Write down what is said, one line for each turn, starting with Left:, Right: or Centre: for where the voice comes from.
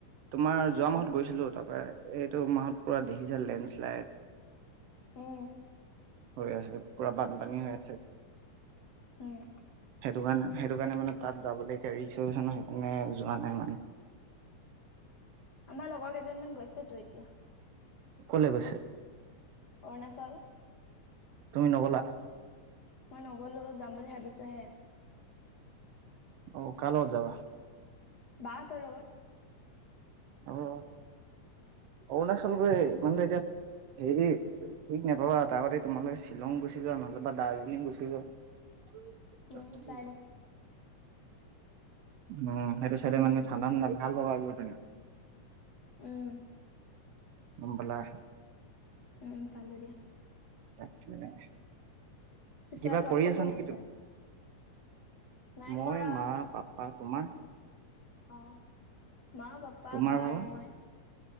Right: তোমাৰ যোৱা
Left: উম,
Right: মাহত গৈছিলো তাৰ পৰা এইটো মাহত পুৰা দেখিছায়ে লেণ্ডশ্লাইড
Left: উম,
Right: হৈ আছে পুৰা বানপানী হৈ আছে।
Left: উম।
Right: সেইটো কাৰণে সেইটো কাৰণে মানে তাত যাবলৈ এতিয়া ৰিক্স ৰিক্স ন সেইকাৰণে যোৱা নাই মানে।
Left: আমাৰ লগৰ কেইজনমান গৈছে তো এতিয়া।
Right: ক'লে গৈছে?
Left: অৰুণাচল।
Right: তুমি নগ'লা?
Left: মই নগলো যাম বুলি ভাবিছোহে।
Right: অ' কাৰ লগত যাবা?
Left: বা হঁতৰ লগত।
Right: অ' অৰুণাচল গৈ <unintelligible> হেই ঠিক নাপাবা তাৰআগতে তোমালোকে শ্বিলং গুচি যোৱা নহ'লে বা দাৰ্জিলিং গুচি যোৱা। <unintelligible>
Left: উম চাই লওঁ।
Right: অ' সেইটো চাইডে মানে ঠাণ্ডা ঠাণ্ডা ভাল পাবা আৰু গৈ পিনে।
Left: উম।
Right: গম পালা।
Left: উম পালো দিয়া।
Right: তাকে
Left: পিছে
Right: কিবা
Left: ঘৰত
Right: কৰি
Left: কোন
Right: আছা
Left: কোন
Right: নেকি
Left: আছে?
Right: তুমি?
Left: নাই
Right: মই
Left: কৰা।
Right: মা পাপা তোমাৰ
Left: অ' মা, পাপা,
Right: তোমাৰ
Left: বা
Right: ভাগৰ
Left: আৰু মই।